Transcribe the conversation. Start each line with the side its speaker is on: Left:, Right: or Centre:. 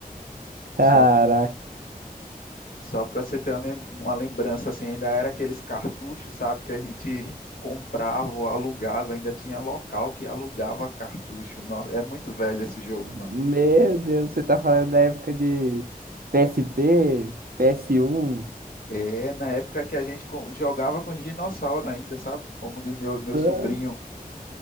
Right: Caraca,
Left: Só Só para você ter uma, mem- uma lembrança, assim, ainda era aqueles cartuchos, sabe, que a gente <laughs> comprava, ou alugava, ainda tinha local que alugava cartucho. Nossa, é muito velho esse jogo,
Right: meu
Left: mano.
Right: Deus, você tá falando da época de PSP, ps um.
Left: É na época que a gente co- jogava com os dinossauros ainda, sabe? Como de meu, meu
Right: So-
Left: sobrinho.